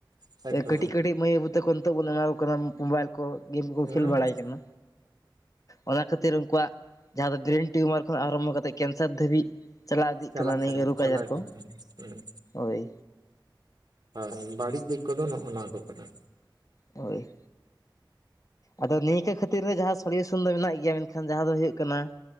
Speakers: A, on the right; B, on the left.
A: ᱮᱠᱫᱚᱢ
B: ᱠᱟᱹᱴᱤᱡ
A: ᱮᱠᱫᱚᱢ
B: ᱠᱟᱹᱴᱤᱡ ᱢᱟᱹᱭ ᱵᱟᱹᱵᱩ ᱛᱟᱠᱩ ᱱᱤᱛᱚᱜ ᱵᱩᱱ ᱮᱢᱟ ᱠᱚ ᱠᱟᱱᱟ ᱢᱳᱵᱟᱭᱮᱞ ᱠᱚ ᱜᱮᱢ ᱠᱚᱠᱚ
A: ᱦᱮᱸ
B: ᱠᱷᱮᱞ ᱵᱟᱲᱟᱭ ᱠᱟᱱᱟ᱾ ᱚᱱᱟ ᱠᱷᱟᱹᱛᱤᱨ ᱩᱱᱠᱩᱣᱟᱜ ᱡᱟᱦᱟᱸ ᱫᱚ ᱜᱨᱮᱱ ᱴᱤᱭᱩᱢᱟᱨ ᱠᱷᱚᱱ ᱟᱨᱟᱢᱵᱷᱚ ᱠᱟᱛᱮ ᱠᱮᱱᱥᱟᱨ ᱫᱷᱟᱹᱵᱤᱡ ᱪᱟᱞᱟᱣ ᱤᱫᱤᱜ
A: ᱪᱟᱞᱟᱜ
B: ᱠᱟᱱᱟ ᱱᱤᱭᱟᱹ ᱨᱳᱜᱽ
A: ᱪᱟᱞᱟᱜ
B: ᱟᱡᱟᱨ ᱠᱚ᱾
A: ᱤᱫᱤᱜ ᱠᱟᱱᱟ ᱦᱮᱸ
B: ᱳᱭ
A: ᱦᱳᱭ ᱵᱟᱹᱲᱤᱡ ᱫᱤᱠ ᱠᱚᱫᱚ ᱱᱚᱜᱼᱚ ᱱᱚᱣᱟ ᱠᱚ ᱠᱟᱱᱟ᱾
B: ᱦᱳᱭ᱾ ᱟᱫᱚ ᱱᱤᱭᱟᱹ ᱠᱟᱹ ᱠᱷᱟᱹᱛᱤᱨ ᱨᱮ ᱡᱟᱦᱟᱸ ᱥᱚᱞᱤᱭᱩᱥᱚᱱ ᱫᱚ ᱢᱮᱱᱟᱜ ᱜᱮᱭᱟ ᱢᱮᱱᱠᱷᱟᱱ ᱡᱟᱦᱟᱸ ᱫᱚ ᱦᱩᱭᱩᱜ ᱠᱟᱱᱟ